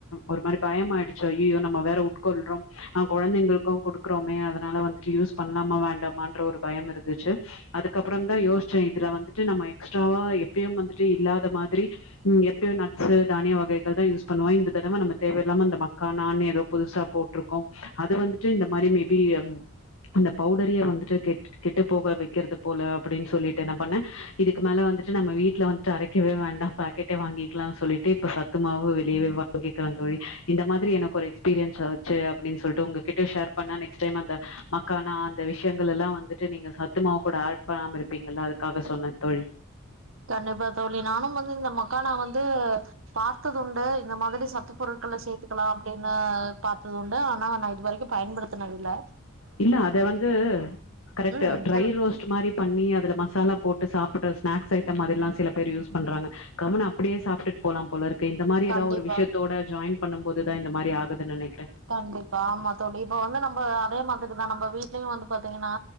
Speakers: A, on the left; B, on the right.
A: ஒரு மாரி பயமாயிடுச்சு ஐய்யையோ நம்ம வேற உட்கொள்றோம் அ கொழந்தைங்களுக்கு கொடுக்குறோமே அதனால வந்துட்டு யூஸ் பண்ணலாமா வேண்டாமான்ற ஒரு பயம் இருந்துச்சு அதுக்கப்புறதா யோசிச்சே இதுல வந்துட்டு நம்ம எக்ஸ்ட்ராவா எப்பயும் வந்துட்டு இல்லாத மாதிரி ம் எப்பயோ நட்ஸு தானிய வகைகள் தா யூஸ் பண்ணுவோ இந்த தடவ நம்ம தேவையில்லாம அந்த மக்கா நானிய ஏதோ புதுசா போட்டுருக்கோ அது வந்துட்டு இந்த மாதிரி மேபி அந்த பவுடரியே வந்துட்டு கெட்டு கெட்டு போக வைக்கறது போல அப்டின் சொல்லிட்டு என்ன பண்ணே இதுக்கு மேல வந்துட்டு நம்ம வீட்ல வன்டு அரைக் க்கவே வேண்டா பாக்கெட்டே வாங்கிக்கலாம்னு சொல்லிட்டு இப்ப சத்துமாவு வெளியே வாங்கி க்கலா தோழி இந்த மாதிரி எனக்கு ஒரு எக்ஸ்பீரியன்ஸ் ஆச்சு அப்டின்னு சொல்ட்டு உங்ககிட்ட ஷேர் பண்ணானெக் ஃபஸ்ட் டைம் அந்த மக்கானா அந்த விஷயங்கள் எல்லா வந்துட்டு நீங்க சத்துமாவு கூட ஆட் பண்ணாமருக் அப்பீங்கள அதுக்காக சொன்ன தோழி
B: கண்டிப்பா தோழி நானு வந்து இந்த மக்கான வந்து பார்த்தது உண்டு இந்த மாதிரி சத்து பொருட்கள சேர்த்துக்கலா அப்டின்னு பார்த்தது உண்டு ஆனா நா இதுவரைக்கு பயன்படுத்தனதில்ல
A: இல்ல அத வந்து கரெக்ட்
B: ம்
A: ட்ரை
B: சொல்லுங்க
A: ரோஸ்ட் ட் மாறி பண்ணி அதுல மசாலா போட்டு சாப்பிட்ற ஸ்நாக்ஸ் ஐட்டமாதிரிலா சில பேர் யூஸ் பண்றாங்க கம்முனு அப்படியே சாப்புட் போலா போலருக்கு இப்ப இந்த மாறி
B: கண்டிப்பா
A: ஏதாவ ஒரு விஷயத்தோட ஜாயின் பண்ணும்போதுதா இந்த மாறி ஆகுதுன்னு நெனைக்குறே
B: கண்டிப்பா ஆமா தோழி இப்ப வந்து நம்ம அதே மாதிரி தா நம்ம வீட்லயு வந்து பாத் த்திங்கன்னா